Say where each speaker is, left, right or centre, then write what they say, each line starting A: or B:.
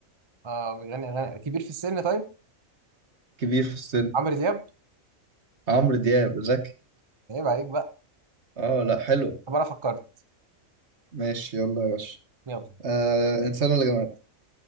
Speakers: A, on the right (about 25°); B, on the right (about 55°).
A: اه بيغني أغاني كبير في السن طيب
B: كبير في السن
A: عمرو دياب
B: عمرو دياب ذكي
A: عيب عليك بقى
B: اه لا حلوة
A: طب أنا فكرت
B: ماشي يلا يا باشا
A: يلا
B: آه انسان ولا جماد